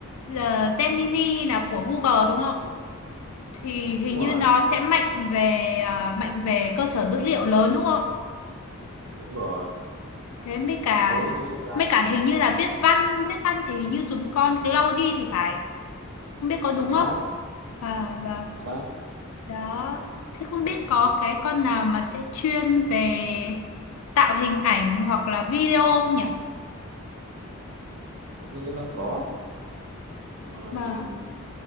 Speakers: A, on the left; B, on the right.
A: Giờ Gemini là của Google đúng không? Thì hình
B: đúng
A: như
B: rồi
A: nó sẽ mạnh về à, mạnh về cơ sở dữ liệu lớn đúng không?
B: đúng rồi
A: Thế mới cả
B: thì mỗi cái AI
A: mới cả hình như là viết văn, viết văn thì hình như dùng con Claude thì phải. Không biết có đúng
B: chính
A: không?
B: xác
A: À vâng.
B: chính xác
A: Đó, thế không biết có cái con nào mà sẽ chuyên về tạo hình ảnh hoặc là video không nhỉ?
B: anh nghĩ là có Ừm,
A: Mà